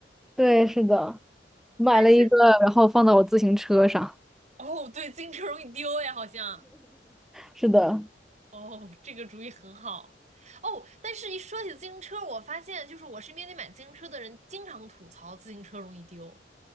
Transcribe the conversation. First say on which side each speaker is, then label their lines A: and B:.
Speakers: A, in the centre; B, on the right (about 40°).
A: 对，是的，买了一个，
B: 但是。
A: 然后放到我自行车上。
B: 哦，对，自行车容易丢呀，好像。
A: 是的，
B: 哦，这个主意很好。哦，但是一说起自行车，我发现就是我身边那买自行车的人经常吐槽自行车容易丢。